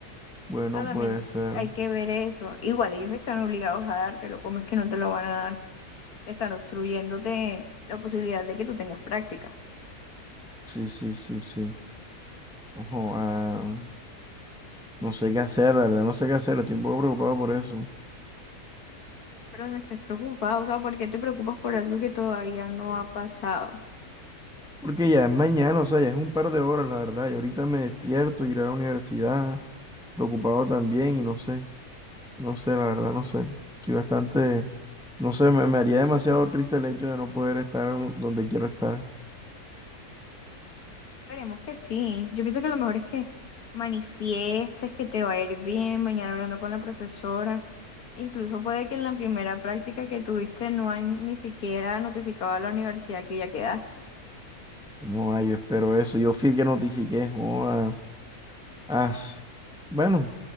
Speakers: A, in the centre; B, on the left.
A: Bueno,
B: sea, también
A: puede ser.
B: hay que ver eso. Igual, ellos están obligados a dártelo. ¿Cómo es que no te lo van a dar? Están obstruyéndote la posibilidad de que tú tengas prácticas.
A: Sí, sí, sí, sí. Ojo, ah, no sé qué hacer, la verdad, no sé qué hacer. Estoy un poco preocupado por eso.
B: Pero no estés preocupado, o sea, ¿por qué te preocupas por algo que todavía no ha pasado?
A: Porque ya es mañana, o sea, ya es un par de horas, la verdad. Y ahorita me despierto, iré a la universidad, preocupado también, y no sé, no sé, la verdad, no sé. Estoy bastante, no sé, me, me haría demasiado triste el hecho de no poder estar do- donde quiero estar.
B: Esperemos que sí. Yo pienso que lo mejor es que manifiestes que te va a ir bien mañana hablando con la profesora. Incluso puede que en la primera práctica que tuviste no han ni siquiera notificado a la universidad que ya quedaste.
A: No, ah, yo espero eso. Yo fui el que notifiqué. Oh, ah, as. Bueno,